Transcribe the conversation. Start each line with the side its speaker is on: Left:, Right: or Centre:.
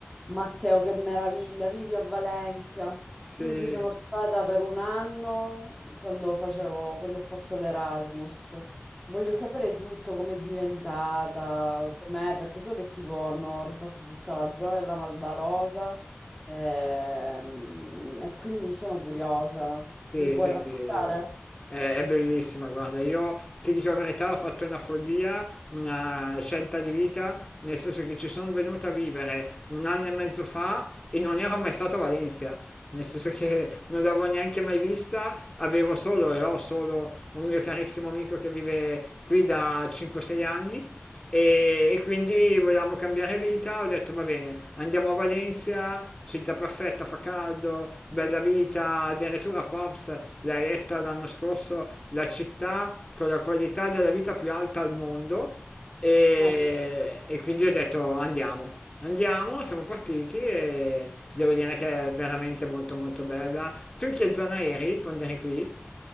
Centre: Matteo, che meraviglia, vivi a Valencia.
Left: Sì,
Centre: Io ci sono stata per un anno quando facevo, quando ho fatto l'Erasmus. Voglio sapere tutto, com'è diventata, com'è, perché so che tipo hanno rifatto tutta la zona della Malvarosa ehm, e quindi sono curiosa.
Left: sì,
Centre: Mi puoi
Left: sì,
Centre: raccontare?
Left: sì, è, è bellissima, guarda, io ti dico la verità, ho fatto una follia, una scelta di vita, nel senso che ci sono venuta a vivere un anno e mezzo fa e non ero mai stato a Valencia, nel senso che non l'avevo neanche mai vista, avevo solo e ho solo un mio carissimo amico che vive qui da 5-6 anni E, e quindi volevamo cambiare vita, ho detto va bene, andiamo a Valencia, città perfetta, fa caldo, bella vita, addirittura Forbes l'ha eletta l'anno scorso la città con la qualità della vita più alta al mondo e,
Centre: Ah,
Left: e quindi ho detto andiamo. Andiamo, siamo partiti e devo dire che è veramente molto molto bella. Tu in che zona eri quando eri qui?